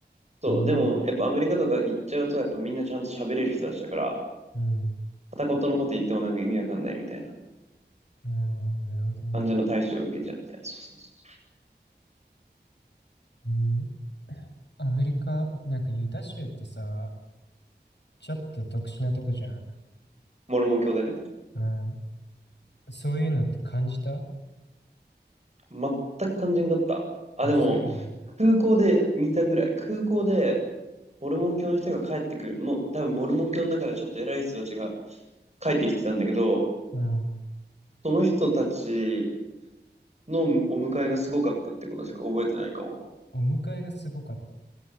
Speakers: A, on the right; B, on the left.
A: そう、
B: えー、
A: でも、やっぱアメリカとか行っちゃうと、やっぱみんなちゃんと喋れる人たちだから、
B: うん。
A: 片言のこと言ってもなんか意味わかんないみたいな
B: あー、なるほどね。
A: 感じの対処を受けちゃうみたいな。そうそうそうそう。
B: うん。アメリカ、なんかユタ州ってさ、ちょっと特殊なとこじゃん。
A: モルモン教でね。
B: うん。そういうのって感じた
A: 全く肝心だった。あ、
B: あ、
A: でも、
B: そうなんだ。
A: 空港で見たぐらい。空港で、モルモン教の人が帰ってくる。もう、多分モルモン教の中でちょっと偉い人たちが帰ってきてたんだけど、
B: うん。
A: その人たちのお迎えがすごかったってことしか覚えてないかも。
B: お迎えがすごかった。